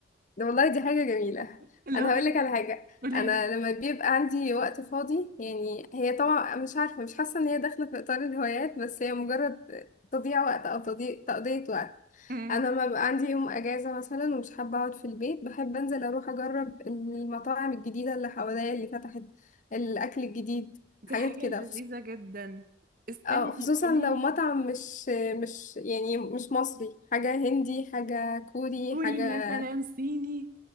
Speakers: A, on the left (about 40°); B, on the right (about 45°).
A: ده والله دي حاجة جميلة
B: <laughs> اللي
A: انا
B: هو
A: هقول لك على حاجة
B: بيقولي
A: انا
B: لي
A: لما بيبقى عندي وقت فاضي يعني هي طبعا مش عارفة مش حاسة ان هي داخلة في اطار الهوايات بس هي مجرد تضييع وقت او تضييع تقضية وقت
B: أمم،
A: انا لما بيبقى عندي يوم اجازة مثلا ومش حابة اقعد في البيت بحب انزل اروح اجرب المطاعم الجديدة اللي حواليا اللي فتحت الاكل الجديد
B: دي
A: حاجات
B: حاجة
A: كده
B: لذيذة جدا استني
A: آه،
B: طب
A: خصوصا
B: قولي
A: لو
B: لي
A: مطعم مش مش يعني مش مصري حاجة هندي حاجة كوري
B: كوري
A: حاجة
B: مثلا صيني